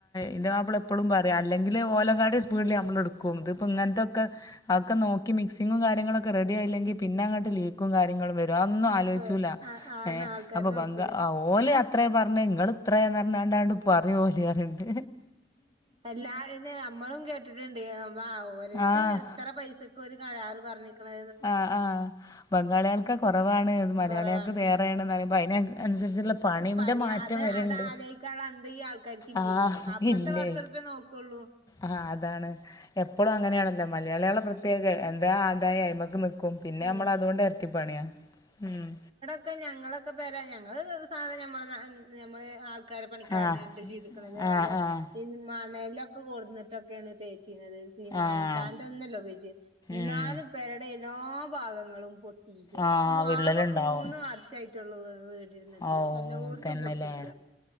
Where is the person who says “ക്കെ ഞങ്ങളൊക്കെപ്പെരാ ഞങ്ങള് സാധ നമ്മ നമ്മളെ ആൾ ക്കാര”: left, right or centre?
Right